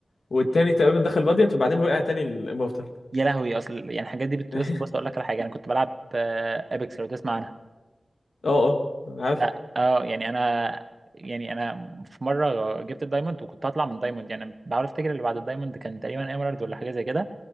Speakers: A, on the left (about 80°); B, on the right (about 50°).
A: والتاني تقريبا دخل فالديانت وبعدين وقع تاني الامورتال
B: يا لهوي اصل يعني الحاجات دي بتوصل
A: <laughs>
B: بص اقول لك على حاجه انا كنت بلعب ابيكس لو تسمع عنها
A: اه اه عارف
B: ف- اه يعني انا يعني انا في مره جبت الدايموند وكنت هطلع من الدايموند يعني بحاول افتكر اللي بعد الدايموند كان تقريبا ايمرالد ولا حاجه زي كده